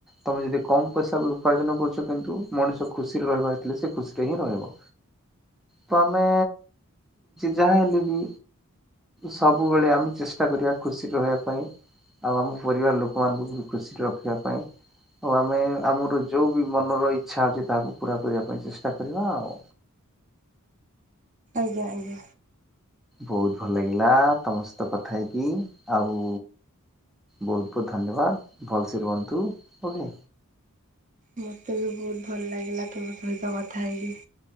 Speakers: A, in the centre; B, on the right (about 35°).
A: ତମେ ଯଦି କମ୍ ପଇସା ଉପାର୍ଜନ କରୁଛ କିନ୍ତୁ ମଣିଷ ଖୁସିରେ ରହିବାର ଥିଲେ ସେ ଖୁସିରେ ହିଁ ରହିବ। ତ ଆମେ ଯାହା ହେଲେବି ସବୁବେଳେ ଆମେ ଚେଷ୍ଟା କରିବା ଖୁସିରେ ରହିବା ପାଇଁ। ଆଉ ଆମ ପରିବାର ଲୋକମାନଙ୍କୁ ଖୁସିରେ ରଖିବା ପାଇଁ ଓ ଆମେ ଆମର ଯୋଉ ବି ମନର ଇଚ୍ଛା ଅଛି ତାକୁ ପୁରା କରିବା ପାଇଁ ଚେଷ୍ଟା କରିବା ଆଉ।
B: ଆଜ୍ଞା ଆଜ୍ଞା।
A: ବହୁତ ଭଲ ଲାଗିଲା ତମସଇତ କଥା ହେଇକି ଆଉ। ବହୁତ ବହୁତ ଧନ୍ୟବାଦ ଭଲସେ ରୁହନ୍ତୁ ଓକେ।
B: ମତେ ବି ବହୁତ ଭଲ ଲାଗିଲା ତମ ସହିତ କଥା ହେଇକି।